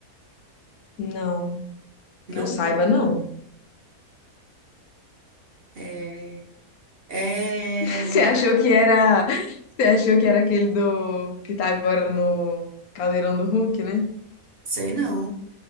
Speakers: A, on the left; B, on the right.
A: Não,
B: não?
A: que eu saiba, não.
B: É... É,
A: <laughs> Você achou que era, você achou que era aquele do que tá agora no Caldeirão do Hulk, né?
B: sei não.